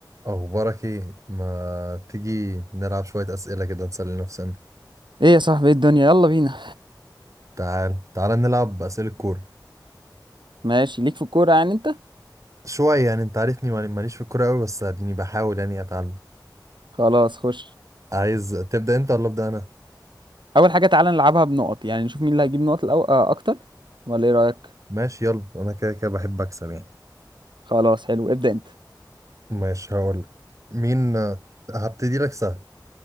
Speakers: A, on the right; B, on the right.
A: أخبارك إيه؟ ما تيجي نلعب شوية أسئلة كده نسلي نفسنا
B: ايه يا صاحبي ايه الدنيا يلا بينا
A: تعال تعال نلعب أسئلة كورة
B: ماشي ليك في الكورة يعني انت
A: شوية يعني أنت عارفني ماني- ماليش في الكورة أوي بس أديني بحاول يعني أتعلم
B: خلاص خش
A: عايز تبدأ أنت ولا أبدأ أنا؟
B: اول حاجة تعالى نلعبها بنقط يعني نشوف مين اللي هيجيب نقط الأو... آه اكتر ولا ايه رأيك
A: ماشي يلا أنا كده كده بحب أكسب يعني
B: خلاص حلو ابدأ انت
A: ماشي هقولك مين هبتدي لك سهل